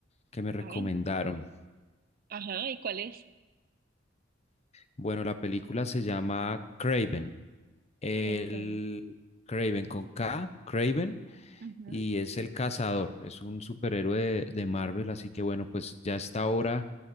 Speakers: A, on the left; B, on the right.
A: que me recomendaron.
B: Ay, ajá, ¿y cuál es?
A: Bueno, la película se llama Craven, el
B: Craven.
A: Craven con K, Craven,
B: Ujú,
A: y es el cazador, es un superhéroe de, de Marvel, así que bueno, pues ya está ahora